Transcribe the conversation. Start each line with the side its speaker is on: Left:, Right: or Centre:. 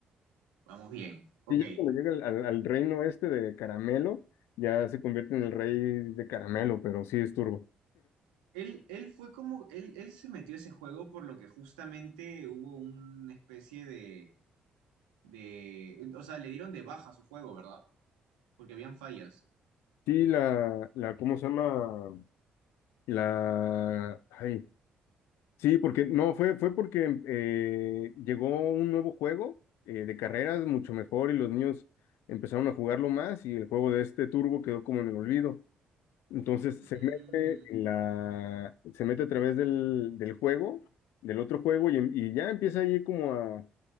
Right: Vamos bien. Ok.
Left: sí, ya cuando llega al, al- al reino este de Caramelo, ya se convierte en el rey de Caramelo, pero sí es Turbo.
Right: Él, él fue como, él, él se metió a ese juego por lo que justamente hubo una especie de, de, o sea, le dieron de baja a su juego, ¿verdad? Porque habían fallas.
Left: Sí, la, la, ¿cómo se llama? La, ay, Sí, porque no, fue, fue porque eh, llegó un nuevo juego eh, de carreras mucho mejor y los niños empezaron a jugarlo más y el juego de este Turbo quedó como en el olvido. Entonces
Right: Mm.
Left: se mete en la, se mete a través del, del juego, del otro juego y, em- y ya empieza ahí como a, a